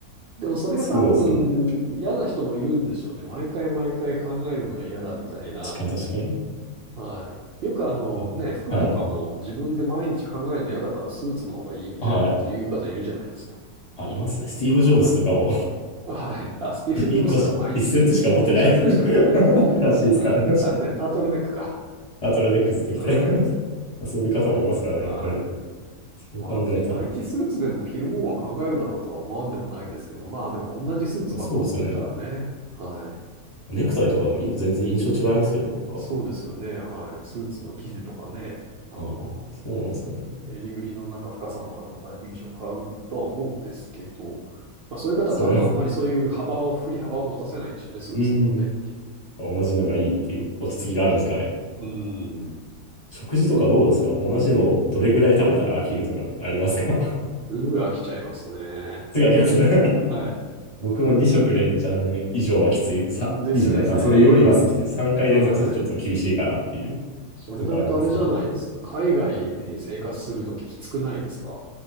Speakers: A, on the right; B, on the left.
A: でもそれが多分嫌な人もいるんでしょうね。
B: そうですね。
A: 毎回毎回考えるのが嫌だみたいな。
B: 確かに確かに。
A: はい。よくあのね、
B: あ、
A: 服とかも自分で毎日考えるの嫌だからスーツの方がいいみたいなこと言う方いるじゃないですか。
B: はい。はい。あ、いますね。スティーブ・
A: は
B: ジョブズとかも
A: い。はい。あ、
B: <laughs>
A: スティーブ・
B: い一個し、
A: ジョブズは毎日
B: 一セットしか持ってない
A: T シャツ、T シャツでしたもんね。
B: <laughs> らしいですからね。
A: はい。
B: <laughs>
A: あ、いや、タートルネックか。
B: ナトラネックずっと来て
A: はい。
B: <laughs> そういう方もいますからね、
A: はい。
B: やっぱり。そう考えたら。
A: まあ、毎日スーツでも着るもんは考えるだろうとは思わんでもないですけど、まあでも同じスーツばっか持ってたらね。
B: あ、そうですよね。
A: はい。
B: ネクタイとかでも色全然印象違いますけど、なんか。
A: そうですよね。はい。スーツの生地とかね、
B: はい。
A: あの、
B: そうなんですかね。
A: 襟ぐりのなんか深さとかでもだいぶ印象変わるとは思うんですけど、まあそういう方は多分あんまりそういう幅を、
B: それは、
A: 振り幅を持たせないんでしょうね、スーツにもね。
B: うん。同じのがいいっていう落ち着きがあるんですかね。
A: うん。うん。
B: 食事とかどうですか同じのどれぐらい食べたら飽きるとかってありますか
A: すぐ飽きちゃいますね。
B: <laughs> すぐ飽きますね
A: はい。
B: 僕も2食連チャン以上はきつい。さ、
A: ですよね。
B: 以上じゃないか。それよりはきつい。3回連続するとちょっと厳しいかなっていう
A: はい。それだとあれじゃないですか。
B: とこありますね。やっぱ
A: 海外に生活するとききつくないですか